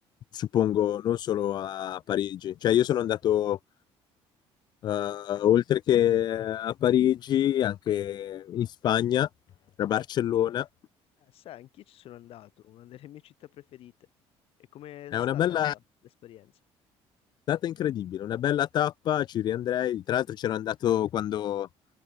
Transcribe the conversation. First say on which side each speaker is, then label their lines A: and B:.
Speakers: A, on the left; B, on the left.
A: suppongo, non solo a Parigi. Cioè io sono andato eh, oltre che a Parigi, anche in Spagna, a Barcellona.
B: Eh, sai, anch'io ci sono andato, una delle mie città preferite. E com'è
A: È
B: stata
A: una bella,
B: l'esperienza?
A: È stata incredibile, una bella tappa, ci riandrei. Tra l'altro c'ero andato quando,